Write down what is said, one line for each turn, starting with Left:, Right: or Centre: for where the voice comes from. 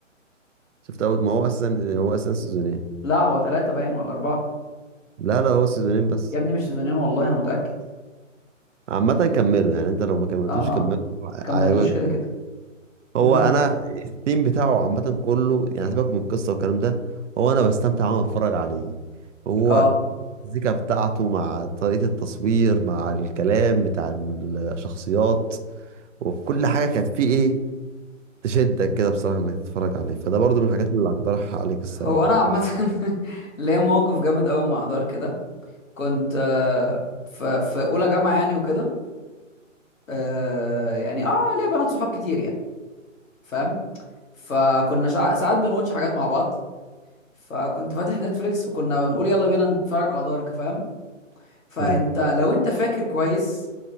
Right: شفت اول ما هو اساسا هو اساسا سيزونين
Left: لا هو ثلاثه باين ولا اربعه
Right: لا لا هو سيزونين بس
Left: يا ابني مش سيزونين والله انا متاكد
Right: عامة كملوا يعني انت لو ما كملتوش
Left: اه اه
Right: كملوا
Left: كملتوش
Right: عايزك
Left: كده كده
Right: هو
Left: امم
Right: انا الثيم بتاعه عامة كله يعني سيبك من القصة والكلام ده هو انا بستمتع وانا بتفرج عليه هو
Left: اه
Right: الزيكا بتاعته مع طريقة التصوير مع الكلام بتاع الشخصيات وكل حاجة كانت فيه ايه تشدك كده بصراحة انك تتفرج عليه فده برضو من الحاجات اللي هقترحها عليك الصراحة
Left: هو انا عامه <laughs> ليا موقف جامد قوي مع دارك ده كنت آه، في في اولى جامعه يعني وكده آه يعني اه ليا بنات صحاب كتير يعني فاهم فكنا شع... ساعات بنواتش حاجات مع بعض فكنت فاتح نتفليكس وكنا بنقول يلا بينا نتفرج على دارك فاهم فانت
Right: مم.
Left: لو انت فاكر كويس